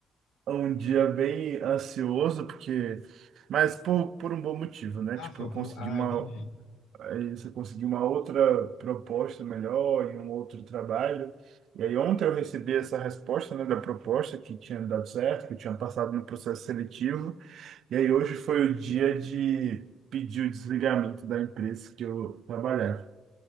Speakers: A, on the right (about 55°); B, on the left (about 85°).
A: um dia bem ansioso, porque. Mas por, por um bom motivo, né?
B: Ah,
A: Tipo,
B: foi
A: eu consegui
B: por um... Ah,
A: uma
B: entendi.
A: aí você conseguiu uma outra proposta melhor e um outro trabalho. E aí ontem eu recebi essa resposta, né, da proposta que tinha dado certo, que eu tinha passado no processo seletivo. E aí hoje foi o dia de pedir o desligamento da empresa que eu trabalhava.